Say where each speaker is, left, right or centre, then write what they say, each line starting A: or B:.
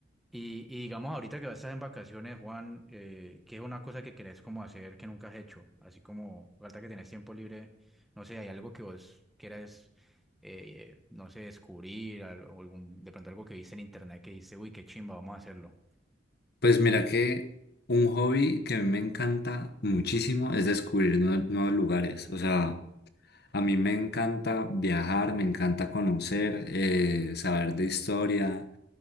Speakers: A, in the centre; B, on the left (about 55°).
A: Y, y digamos ahorita que vas a estar en vacaciones, Juan, eh, ¿qué es una cosa que querés como hacer que nunca has hecho? Así como ahorita que tenés tiempo libre, no sé, ¿hay algo que vos quieras, eh, no sé, descubrir, al- o algún, de pronto algo que viste en internet que dice, uy, qué chimba, vamos a hacerlo?
B: Pues mira que un hobby que a mí me encanta muchísimo es descubrir nue- nuevos lugares, o sea... A mí me encanta viajar, me encanta conocer, eh, saber de historia.